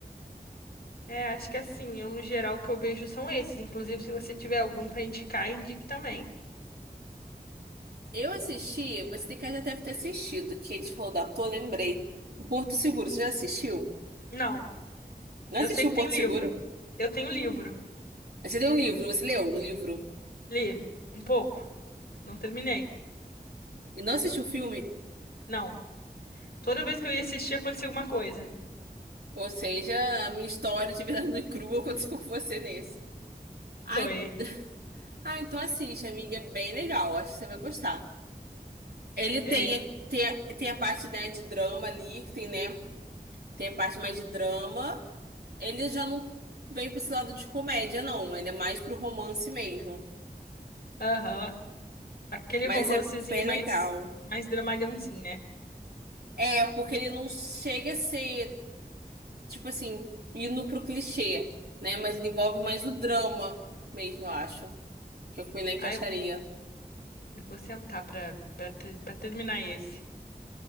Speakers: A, on the left; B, on the right.
A: É, acho que assim, eu no geral o que eu vejo são esses. Inclusive, se você tiver algum pra indicar, indique também.
B: Eu assisti, você tem que já deve ter assistido, que a gente falou da Tô, lembrei. O Porto Seguro, você já assistiu?
A: Não,
B: Não
A: eu
B: assistiu
A: sei que
B: o Porto
A: tem livro.
B: Seguro?
A: Eu tenho livro.
B: Você tem um livro, você leu um livro
A: Li um pouco. Não terminei.
B: e não assistiu o filme?
A: Não. Toda vez que eu ia assistir, acontecia alguma coisa.
B: Ou seja, a minha história de vida <laughs> nua e crua aconteceu com você nesse. Ai,
A: Foi.
B: ah, então assiste, amiga, é bem legal, acho que você vai gostar. Ele tem,
A: É isso.
B: tem, a- tem a parte, né, de drama ali, que tem, né? Tem a parte mais de drama. Ele já não vem pra esse lado de comédia, não. Ele é mais pro romance mesmo.
A: Aham. Aquele
B: Mas
A: romancezinho
B: é bem
A: mais,
B: legal.
A: mais dramalhãozinho, né?
B: É, porque ele não chega a ser, tipo assim, indo pro clichê, né? Mas ele envolve mais o drama mesmo, eu acho. Que eu me encaixaria.
A: Ai, eu eu vou sentar pra, pra, ter- pra terminar esse.